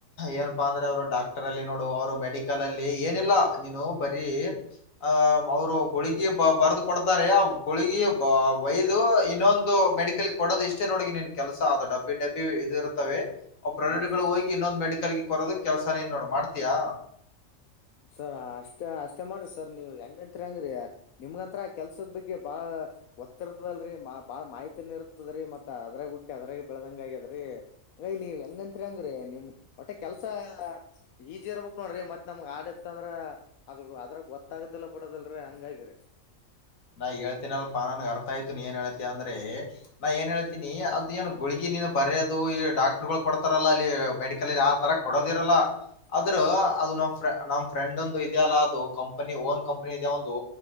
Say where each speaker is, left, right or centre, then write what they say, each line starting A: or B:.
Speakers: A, on the left; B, on the left.
A: ಏನಪ್ಪಾ ಅಂದ್ರೆ ಅವರು ಡಾಕ್ಟರ್ ಅಲ್ಲಿ ನೋಡು ಅವರು ಮೆಡಿಕಲ್ ಅಲ್ಲಿ ಏನಿಲ್ಲಾ ನೀನು ಬರಿ ಆಹ ಅವ್ರು ಗೋಳಗಿ ಬ ಬರದು ಕೊಡ್ತಾರೆ ಆ ಗೋಳಗಿ ವಯದು ಇನ್ನೊಂದು ಮೆಡಿಕಲ್ ಕೊಡೋದು ಇಷ್ಟೇ ನೋಡ ನಿನ್ ಕೆಲಸ ಅ ಡಬ್ಬಿ ಡಬ್ಬಿ ಇ ಇರ್ತವೆ ಅವ ಪೋಡಕ್ಟ್
B: ಹಾ ಸರ್
A: ಗಳು ಹೋಗಿ ಇನ್ನೊಂದು ಮೆಡಿಕಲ್ಗೆ ಕೊರೋದು ಕೆಲ್ಸಾನ ನ್ ನೋಡ್ ಮಾಡ್ತಯಾ
B: ಸರ್ ಅಷ್ಟ ಅಷ್ಟೇ ಮಾಡರ ಸರ್ ನೀವ್ ಹೆಂಗಂತರಿ ಅಂಗ್ರಿ ನಿಮ್ಗಂತ್ರ ಕೆಲ್ಸದ ಬಗ್ಗೆ ಬಾಳ ಒತ್ತಿರ್ತದಲ್ರರಿ ಬಾಳ್ ಮಾಹಿತಿನು ಇರ್ತದ್ರೀ ಮತ್ತ ಅದ್ರಾಗ ಹುಟ್ಟಿ ಅದ್ರಾಗ ಬೆಳದಂಗ ಆಗ್ಯದ್ರೀ ಅಂಗ ನೀವ್ ಹೆಂಗತ್ರಿ ಹಂಗ್ರರಿ ನಿಮ್ ಹೊಟ್ಟೆ ಕೆಲ್ಸ ಈಜಿ ಇರ್ಬೇಕ್ ನೋಡ್ರಿ ಮತ್ ನಮ್ಗ್ ಆ ಇತ್ತ ಅಂದ್ರ ಅದು ಅದ್ರ ಗೊತ್ತಾಗದಿಲ್ಲ ಬಿಡದಲ್ರಿ ಹಂಗಾಗರಿ
A: ನಾ ಹೇಳ್ತೀನಲ್ಪಾ ನನ್ಗ್ ಅರ್ಥ ಆಯತು ನೀ ಏನ್ ಹೇತೀ ಅಂದ್ರೆ ನಾ ಏನ್ ಹಳ್ತೀನಿ ಅದ ಏನ್ ಗುಳಗಿ. <unintelligible> ನೀನ್ ಬರೆಯೋದು ಈ ಡಾಕ್ಟ್ರ್ ಗಳು ಕೊಡ್ತಾರಲ್ಲಾ ಅಲ್ಲಿ ಮೆಡಿಕಲ್ಲಗೆ ಆತರ ಕೊಡೋದಿರಲ್ಲ? <unintelligible> ಅದ್ರು
B: ಹಾ ರೀ ಸರ್
A: ಅದ ನಮ್ಮ <unintelligible> ನಮ್ಮ ಫ್ರೆಂಡ್ ಇದೆ ಅಲ್ಲಾ ಅದು ಕಂಪನಿ ಓನ್ ಕಂಪನಿ ಇದೆ ಅವಂದು